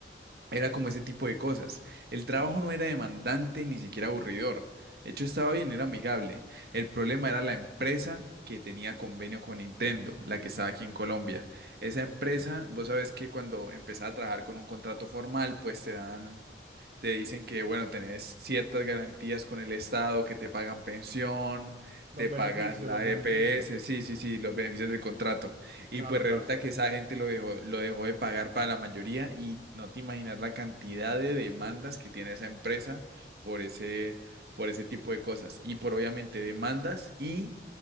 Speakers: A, on the right; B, on the right.
A: era como ese tipo de cosas. El trabajo no era demandante ni siquiera aburridor. De hecho, estaba bien, era amigable. El problema era la empresa que tenía convenio con Nintendo, la que estaba aquí en Colombia. Esa empresa, vos sabés que cuando empezás a trabajar con un contrato formal, pues te dan te dicen que, bueno, tenés ciertas garantías con el Estado, que te pagan pensión,
B: Los
A: te
B: beneficios,
A: pagan la
B: los beneficios.
A: EPS, sí, sí, sí, los beneficios del contrato. Y
B: Claro,
A: pues resulta
B: claro.
A: que esa gente lo dejó, lo dejó de pagar para la mayoría y no te imaginas la cantidad de demandas que tiene esa empresa por ese, por ese tipo de cosas. Y por obviamente demandas y,